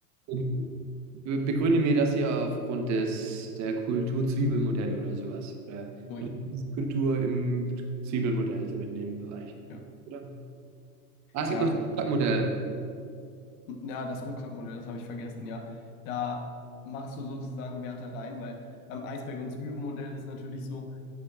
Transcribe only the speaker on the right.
be- begründe mir das hier aufgrund des der Kultur-Zwiebelmodelle oder sowas. Oder
Kultur im Zwiebelmodell, so in dem Bereich.
Oder? Ah, es gibt
noch
das Stockmodell.